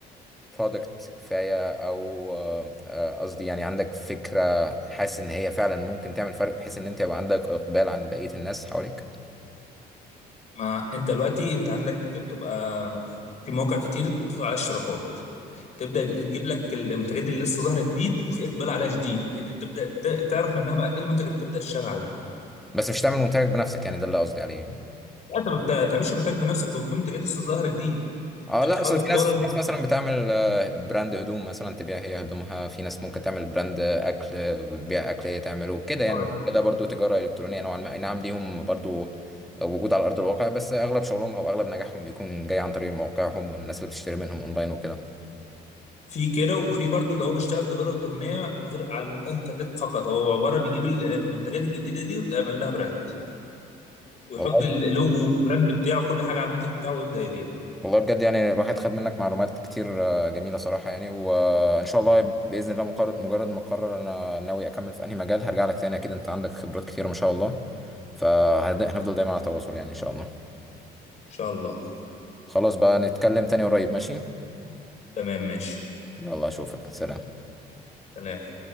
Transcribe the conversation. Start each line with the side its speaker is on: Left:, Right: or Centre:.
Centre: برودكت كفايه او آه، آه، قصدي يعني عندك فكره حاسس ان هي فعلا ممكن تعمل فرق بحيث ان انت يبقى عندك اقبال عن بقيه الناس حواليك
Left: ما انت دلوقتي انت عندك بتبقى في مواقع كتير بتدخل على اشتراكات تبدا تجيب لك المنتجات دي اللي لسه ظاهره جديد وفي اقبال عليها شديد هي دي بتبدا ت- تعرف منها بقى ايه المنتج اللي بتبدا تشتغل عليه
Centre: بس مش تعمل منتجك بنفسك يعني ده اللي قصدي عليه
Left: لا، انت ما بت- بتعملش منتج بنفسك بيبقى في منتجات لسه ظاهره جديد
Centre: اه
Left: انت
Centre: لا
Left: بتحاول
Centre: اصل
Left: تقارن
Centre: في ناس في ناس مثلا بتعمل آه، براند هدوم مثلا تبيع هي هدومها في ناس ممكن تعمل براند آه، اكل آه، بتبيع اكل هي تعمله كده يعني
Left: آه،
Centre: ده برضو تجارة الكترونية نوعا ما اي نعم ليهم برضو وجود على ارض الواقع بس اغلب شغلهم او اغلب نجاحهم بيكون جاي عن طريق مواقعهم والناس اللي بتشتري منهم اونلاين وكده
Left: في كده وفي برضو اللي هو بيشتغل تجاره الكترونيه من غير على الانترنت فقط هو عباره بيجيب ال- المنتجات الجديده دي ويبدا يعمل لها براند ويحط
Centre: والله
Left: اللوجو والبراند بتاعه كل حاجه على المنتج بتاعه ويبدا يبيع
Centre: والله بجد يعني الواحد خد منك معلومات كتير آه، جميلة صراحة يعني وإن شاء الله بإذن الله مقرر مجرد ما أقرر أنا ناوي أكمل في أنهي مجال هرجع لك تاني أكيد أنت عندك خبرات كتير ما شاء الله فهنفضل دايما على تواصل يعني إن شاء الله
Left: ان شاء الله
Centre: خلاص بقى نتكلم تاني قريب ماشي
Left: تمام ماشي
Centre: يلا أشوفك سلام
Left: سلام